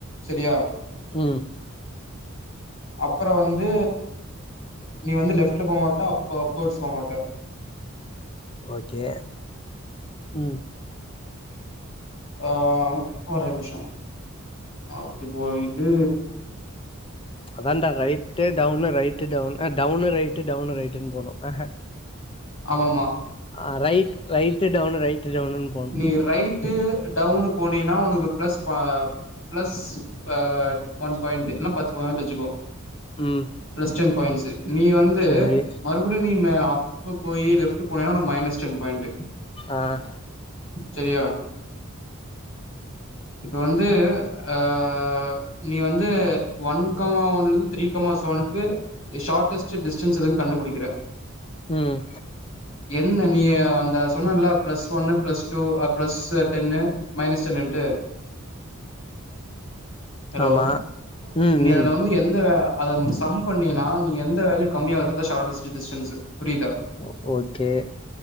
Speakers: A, on the left (about 70°); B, on the left (about 25°).
A: செரியா
B: உம்
A: அப்பற வந்து நீ வந்து லெஃப்ட்ல போ மாட்ட அப்ப பெட் சொல்ல‌மாட்ட
B: ஓகே உம்
A: ஆஹ் ஒரே நிம்ஷோ அப்டி போயிட்டு
B: அதான்டா ரைட்டு டவுனு ரைட்டு டவுனு அஹ் டவுனு ரைட்டு டவுனு ரைட்டுன் போனு அஹ
A: ஆமாம்மா
B: ஆஹ் ரைட் ரைட்டு டவுனு ரைட்டு டவுனுன்
A: நீ ரைட் ட்டு டவுனு போனினா உனக்கு ப்ளஸ் பா ப்ளஸ் அஹ் ஒன் பாய்ண்ட்டு இல்ல பத்து பாய்ண்ட்டு வச்சுக்குவோ
B: ம்
A: ப்ளஸ் டென் பாய்ண்ட்ஸு நீ வந்து
B: சேரி
A: மறுபடியு நீனு அப்பு போய் லெஃப்ட்டு போனினா உனக்கு மைனஸ் டென் பாய்ண்ட்டு
B: ஆஹ்
A: செரியா இப்ப வந்து ஆஹ் நீ வந்து ஒன் கமா ஒன்லருந்து த்ரீ கமா செவனுக்கு எ ஷார்ட்டஸ்ட்டு டிஸ்டன்ஸ் எதுன் கண்டுபுடிக்கிற
B: உம்
A: என்ன நீயி அந்த சொன்னல்ல ப்ளஸ் ஒன்னு ப்ளஸ் டூ ஆஹ் ப்ளஸ்சு டென்னு மைனஸ் டென்னுன்ட்டு ஹலோ
B: ஆமா ம்
A: நீ அதுல
B: ம்
A: வந்து எந்த அதும் சம் பண்ணினா நீ எந்த வேல்யூ கம்மியாகுதோ அதா ஷார்ட்டஸ்ட்டு டிஸ்டன்ஸ்சு புரியுதா
B: ஓ ஓகே